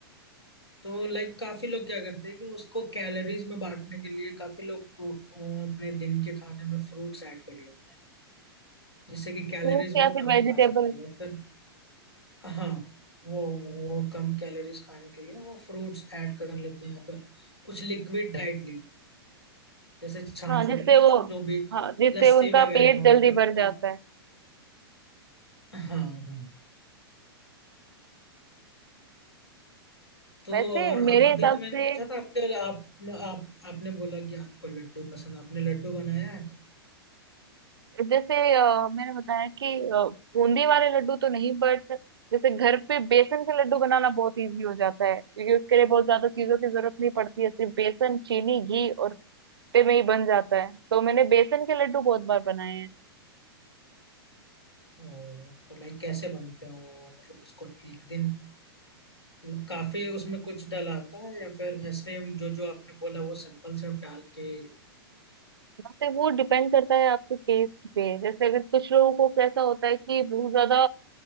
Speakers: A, on the left; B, on the right.
A: तो लाइक काफी लोग क्या करते हैं कि उसको कैलोरीज में बांटने के लिए काफी लोग को- को अपने दिन के खाने में फ्रूट्स ऐड कर लेते हैं जिससे कि कैलोरीज
B: फ्रूट्स या
A: वो
B: फिर
A: कम
B: वेजिटेबल
A: खा सके या फिर हाँ वो वो कम कैलोरीज खाने के लिए वो फ्रूट्स ऐड कर लेते हैं या फिर कुछ लिक्विड डाइट ले लेते हैं जैसे छाछ
B: हाँ जिससे
A: हो गया या
B: वो
A: फिर जो भी
B: हाँ जिससे
A: लस्सी
B: उनका
A: वगैरह
B: पेट
A: हो
B: जल्दी
A: गया वो
B: भर जाता
A: आप
B: है
A: हाँ हाँ तो
B: वैसे
A: और
B: मेरे
A: अब अभी
B: हिसाब
A: तो मैंने
B: से
A: पूछा था आपके आप आप आपने बोला कि आपको लड्डू पसंद आपने लड्डू बनाया है
B: जैसे अ, मैंने बताया कि अ, बूंदी वाले लड्डू तो नहीं बट जैसे घर पे बेसन के लड्डू बनाना बहुत इजी हो जाता है क्योंकि उसके लिए बहुत ज्यादा चीजों की जरूरत नहीं पड़ती है सिर्फ बेसन चीनी घी और पे में ही बन जाता है तो मैंने बेसन के लड्डू बहुत बार बनाए हैं
A: ओ, तो लाइक कैसे बनते हैं वो मतलब उसको एक दिन मतलब काफी उसमें कुछ डलाता है या फिर ऐसे हम जो जो आपने बोला वो सिंपल सिर्फ डाल के
B: यहाँ पे वो डिपेंड करता है आपके टेस्ट पे जैसे अगर कुछ लोगों को कैसा होता है कि बहुत ज्यादा